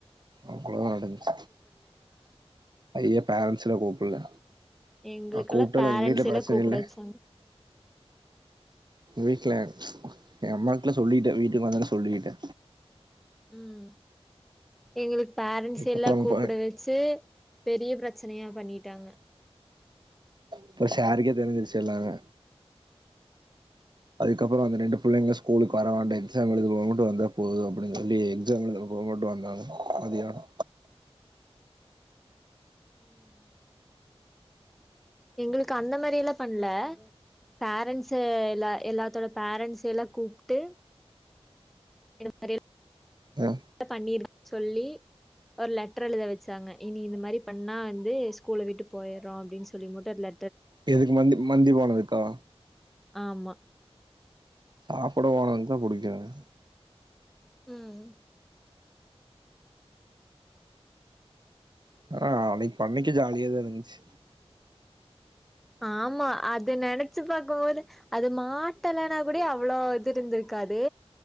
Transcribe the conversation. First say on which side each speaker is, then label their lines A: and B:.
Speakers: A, on the right; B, in the centre.
A: அவ்ளோ தா நடன்ச் அய்யய்ய பேரன்ஸ்லா கூப்புல
B: எங்களுக்கெல்லா
A: ஆ கூப்ட்டா
B: பேரண்ட்ஸ்
A: நா எங்கவீட்ல
B: எல்லா
A: பிரச்சன
B: கூப்பிட
A: இல்ல
B: வச்சாங்க
A: வீட்ல எங்கம்மாக்லா சொல்லிட்டே வீட்டுக்கு வந்தோனே சொல்லிட்டே
B: ம் எங்ளு பேரண்ட்ஸெல்லா
A: அதுக்கப்றோ
B: கூப்புட
A: ப
B: வச்சு பெரிய பிரச்சனையா பண்ணிட்டாங்க
A: இப்ப சாருக்கே தெரிஞ்சிருச்சு எல்லாமே அதுக்கப்றோ அந்த ரெண்டு புள்ளைங்கல ஸ்கூலுக்கு வரவேண்டா எக்ஸாம் எழுதுறப்ப மட்டு வந்தா போது அப்டின் சொல்லி எக்ஸாம் எழுதுறப்ப அப்ப மட்டு வந்தாங்க மதியானோ
B: ம் எங்களுக்கு அந்த மாரியல்லா பண்ல பேரண்ட்ஸு எல்லா எல்லாத்தோட பேரண்ட்ஸெல்லா கூப்ட்டு <inaudible>
A: அ
B: பண்ணிரு சொல்லி ஒரு லெட்ரு எழுத வச்சாங்க இனி இந்த மாரி பண்ணா வந்து ஸ்கூல விட்டு போயறோ அப்டி சொல்லி மட்டு அதுல
A: எதுக்கு மந்தி மந்தி பானதுக்கா
B: ஆமா
A: சாப்புட போனதுக்கு தா புடிக்குறாங்க
B: ம்
A: ஆ அன்னக்கி பண்ணக்கி ஜாலியாதாருந்துச்சு
B: ஆமா அத நெனச்சு பாக்கபோது அது மாட்டலனா கூடயோ அவ்ளோ இது இருந்திரு க்காது